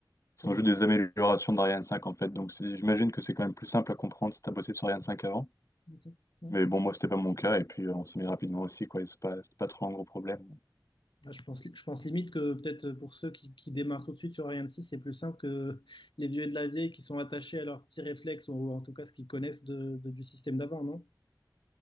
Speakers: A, on the left (about 45°); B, on the left (about 85°).
A: qui
B: Comment?
A: sont juste des améliorations d'Ariane Cinq en fait. Donc c'est- j'imagine que c'est quand même plus simple à comprendre si t'as bossé sur Ariane Cinq avant.
B: D'accord. Ouais.
A: Mais bon, moi, c'était pas mon cas, et puis euh, on s'est mis rapidement aussi, quoi, et c'est pas, c'est pas trop un gros problème.
B: Ah, Je pense, je pense limite que peut-être pour ceux qui, qui démarrent tout de suite sur Ariane 6, c'est plus simple que <laughs> les vieux et de la vieille qui sont attachés à leurs petits réflexes, ou en tout cas ce qu'ils connaissent de, de- du système d'avant, non?